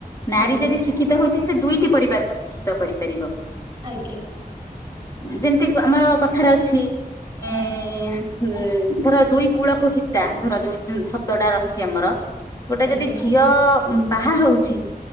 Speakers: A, on the left; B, on the right.
A: ନାରୀ
B: ଆଜ୍ଞା
A: ଯଦି ଶିକ୍ଷିତ ହୋଉଛି ସେ ଟି ପରିବାରକୁ ଶିକ୍ଷିତ କରିପାରିବ।
B: ଆଜ୍ଞା।
A: ଯେମତି ଆମର କଥାରେ ଅଛି ଇଁ ହୁଁ ଧର ଦୁଇ କୂଳକୁ ହିତା ଧର ଯୋଉ ଶବ୍ଦଟା ରହିଚି ଆମର ଗୋଟେ
B: ଆଜ୍ଞା
A: ଯଦି ଝିଅ ଉଁ ବାହା ହୋଉଛି